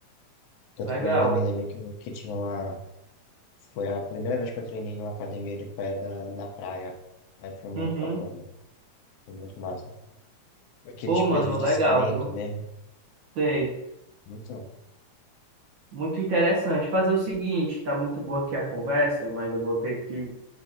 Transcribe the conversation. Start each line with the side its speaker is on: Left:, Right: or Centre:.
Left: Tanto
Right: legal.
Left: que eu ainda me lembro que, que tinha uma, foi a primeira vez que eu treinei numa academia de pedra na praia, aí foi muito
Right: Uhum.
Left: bacana, foi muito massa. Aqueles
Right: Pô, mano,
Left: pesos de
Right: legal,
Left: cimento
Right: viu?
Left: mesmo.
Right: Sei.
Left: Então,
Right: Muito interessante. Fazer o seguinte, tá muito boa aqui a conversa, mas eu vou ter que